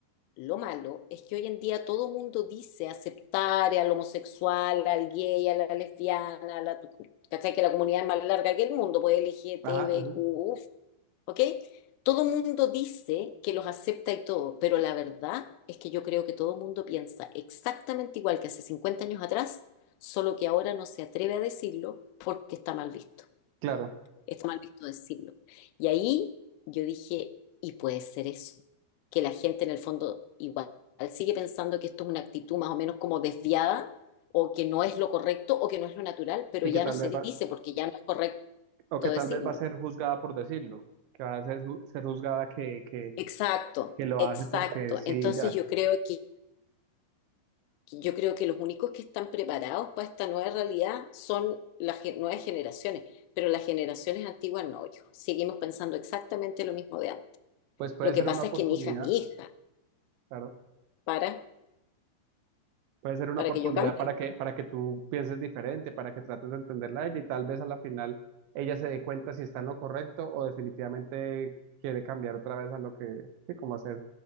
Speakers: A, on the left; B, on the right.
A: lo malo es que hoy en día todo mundo dice aceptar al homosexual, al gay, a la lesbiana, a la... ¿Cachai? Que la comunidad es más larga que el mundo, pues LGTBQ,
B: ajá, ajá,
A: uf, ¿ok? Todo mundo dice que los acepta y todo, pero la verdad es que yo creo que todo mundo piensa exactamente igual que hace 50 años atrás, solo que ahora no se atreve a decirlo porque está mal visto.
B: claro.
A: Está mal visto decirlo. Y ahí yo dije, y puede ser eso, que la gente en el fondo igual sigue pensando que esto es una actitud más o menos como desviada, o que no es lo correcto, o que no es lo natural, pero
B: Y
A: ya
B: que tal
A: no se
B: vez,
A: dice porque ya no es correcto
B: O que
A: decirlo.
B: tal vez va a ser juzgada por decirlo, que va a ser, ju- ser juzgada que, que,
A: Exacto,
B: que lo
A: exacto.
B: hace porque sí,
A: Entonces
B: ya.
A: yo creo que, que yo creo que los únicos que están preparados para esta nueva realidad son las gen- nuevas generaciones, pero las generaciones antiguas no, hijo. Seguimos pensando exactamente lo mismo de antes.
B: Pues puede
A: Lo
B: ser
A: que pasa
B: una oportunidad,
A: es que mi hija es mi hija
B: claro.
A: para,
B: Puede ser una
A: para
B: oportunidad
A: que yo cambie.
B: para que, para que tú pienses diferente, para que trates de entenderla a ella y tal vez a la final ella se dé cuenta si está en lo correcto o definitivamente quiere cambiar otra vez a lo que, sí, como hacer